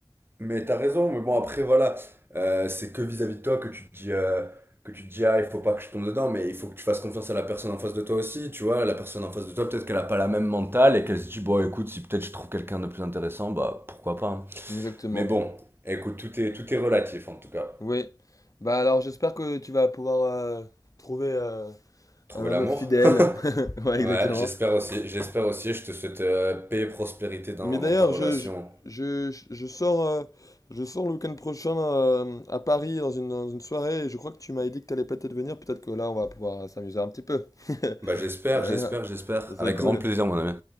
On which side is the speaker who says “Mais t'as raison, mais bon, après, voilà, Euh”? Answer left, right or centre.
Right